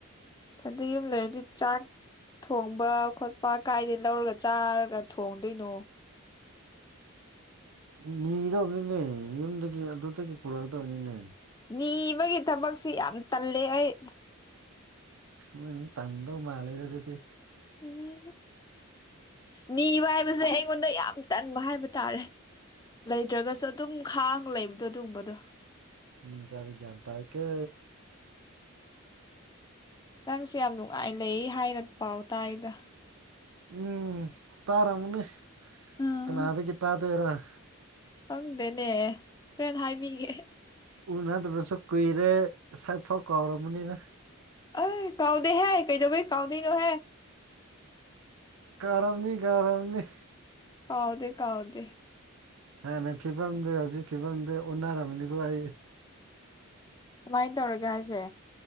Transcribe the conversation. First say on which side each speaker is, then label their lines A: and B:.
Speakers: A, on the left (about 20°); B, on the right (about 75°).
A: ꯈꯗꯤ ꯌꯨꯝ ꯂꯩꯔꯗꯤ ꯆꯥꯛ ꯊꯣꯡꯕ ꯈꯣꯠꯄ ꯀꯥꯏꯗꯒꯤꯩ ꯂꯧꯔꯒ ꯆꯥꯔꯒ ꯊꯣꯡꯗꯣꯏꯅꯣ
B: ꯅꯤꯗꯧꯕꯅꯤꯅꯦ ꯌꯨꯝꯗꯒꯤ ꯑꯗꯨꯗꯒꯤ ꯄꯨꯔꯛꯗꯕꯅꯤꯅꯦ
A: ꯅꯤꯕꯒꯤ ꯊꯕꯛꯁꯤ ꯌꯥꯝ ꯇꯜꯂꯦ ꯑꯩ
B: ꯎꯝ ꯇꯗ ꯃꯥꯂꯦꯗ ꯑꯗꯨꯗꯤ
A: ꯎꯝ ꯅꯤꯕ ꯍꯥꯏꯕꯁꯦ ꯑꯩꯉꯣꯟꯗ ꯌꯥꯝ ꯇꯟꯕ ꯍꯥꯏꯕ ꯍꯥꯏꯇꯥꯔꯦ ꯂꯩꯇ꯭ꯔꯒꯁꯨ ꯑꯗꯨꯝ ꯈꯥꯡ ꯂꯩꯕꯗꯣ ꯑꯗꯨꯒꯨꯝꯕꯗꯣ
B: ꯃꯤꯁꯔꯤ ꯟꯇꯥ ꯀ
A: ꯅꯪꯁꯨ ꯌꯥꯝ ꯅꯨꯡꯉꯥꯏ ꯂꯩ ꯍꯥꯏꯅ ꯄꯥꯎ ꯇꯥꯏꯗ
B: ꯎꯝ ꯇꯔꯥ ꯃꯟꯅ
A: ꯎꯝ
B: ꯀꯅꯥꯗꯠꯇ ꯇꯔ
A: ꯈꯪꯗꯦꯅꯦ ꯍꯣꯔꯦꯟ ꯍꯥꯏꯕꯤꯒꯦ
B: ꯎꯅꯗꯕꯁꯨ ꯀꯨꯏꯔꯦ ꯁꯛꯐ ꯀꯥꯎꯔꯕꯔꯕꯅꯤꯅ
A: ꯑ ꯀꯥꯎꯗ ꯍꯥꯏ ꯀꯩꯗꯧꯩ ꯀꯥꯎꯗꯗ ꯍꯥꯏ
B: ꯀꯥꯔꯝꯅꯤ ꯀꯥꯔꯝꯅꯤ
A: ꯀꯥꯎꯥꯎꯗ ꯀꯥꯎꯗ
B: ꯍꯥꯟꯅ ꯐꯤꯕꯝꯗꯨ ꯍꯧꯖꯤꯛ ꯐꯤꯕꯝꯗꯨ ꯎꯟꯅꯔꯕꯅꯤꯀꯣ ꯑꯩ
A: ꯃꯥꯏ ꯇꯧꯔꯒꯥꯁꯦ